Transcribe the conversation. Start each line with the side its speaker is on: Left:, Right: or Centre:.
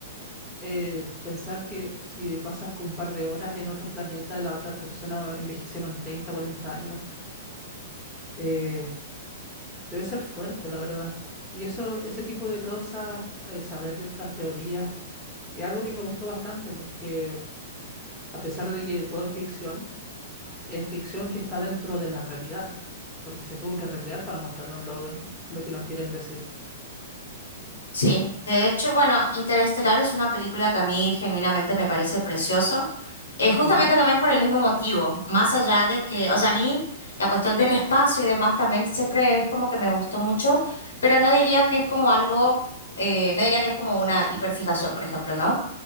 Centre: eh, pensar que si pasas con un par de horas en otro planeta, las otras personas envejecieron 30, 40 años, eh, debe ser fuerte, la verdad. Y eso, ese tipo de causas, eh, saber de estas teorías, es algo que me gustó bastante porque... a pesar de que todo es ficción, es ficción que está dentro de la realidad, porque se tuvo que recrear para mostrarnos lo, lo que nos quieren decir.
Left: Sí, de hecho, bueno, Interestelar es una película que a mí genuinamente me parece precioso, eh, justamente
Centre: Ujú.
Left: también por el mismo motivo, más allá de que, o sea, a mí la cuestión del espacio y demás también siempre es como que me gustó mucho, pero no diría que es como algo, eh, no diría que es como una hiperfijación, por ejemplo, ¿no?